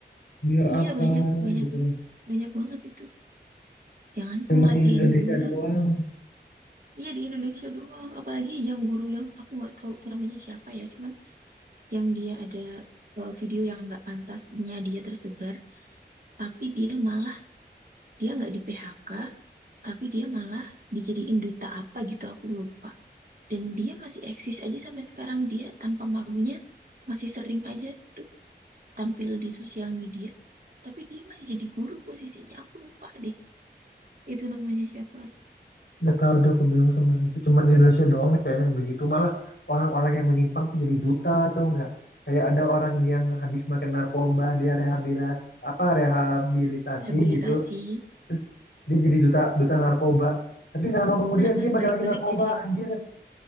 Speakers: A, on the left; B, on the right.
A: Biar
B: Iya
A: apa
B: banyak banyak
A: gitu
B: banget
A: loh.
B: banyak banget itu. Jangan
A: Cuman
B: ngelecehin
A: di Indonesia
B: gurunya
A: doang.
B: sih. Iya di Indonesia doang. Apalagi yang guru yang aku nggak tahu tuh namanya siapa ya. Cuman yang dia ada eh, video yang nggak pantasnya dia tersebar, tapi dia malah dia nggak di PHK tapi dia malah dijadiin duta apa gitu aku lupa dan dia masih eksis aja sampai sekarang dia tanpa malunya masih sering aja tuh tampil di sosial media tapi dia masih jadi guru posisinya aku lupa deh itu namanya siapa
A: Gak tahu deh aku bingung sama Indonesia. cuma di Indonesia doang nih kayaknya yang begitu. Malah orang-orang yang menyimpang tuh jadi duta atau enggak. Kayak ada orang yang habis makan narkoba, dia rehabilit apa rehabilitasi
B: rehabilitasi
A: gitu. Terus dia jadi duta duta narkoba. Tapi nggak lama kemudian
B: Heeh,
A: dia makan
B: balik-balik
A: lagi narkoba,
B: jadi
A: anjir.